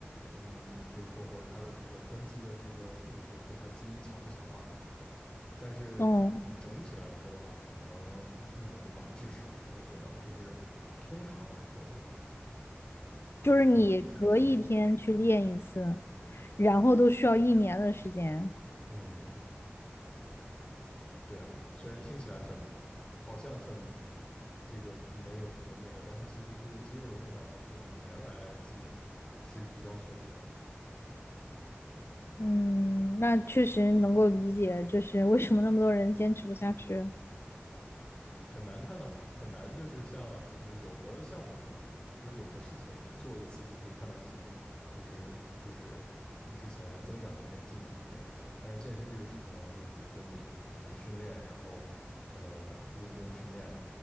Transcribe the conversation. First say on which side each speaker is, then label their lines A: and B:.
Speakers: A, on the left (about 25°); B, on the left (about 65°).
A: 嗯，就是说或者它的这个增肌的这个速度，就是说它基因强不强嘛。但是你整体来说的话，
B: 嗯，
A: 可能一年吧，至少我觉得就是通常来说的话，可能一年的时间。
B: 就是你隔一天去练一次，然后都需要一年的时间。
A: 嗯，对啊，虽然听起来很，好像很这个没有什么那个，但是其实对于肌肉的增长来说，以年来计是比较合理的。
B: 嗯，那确实能够理解，就是为什么那么多人坚持不下去。
A: 很难看到，很难就是像呃就是有的项目，比如有的事情，你做一次就可以看到自己就是就是比之前增长一点，进步一点。但是健身这个事情的话，就比如说你你训练，然后呃用功训练，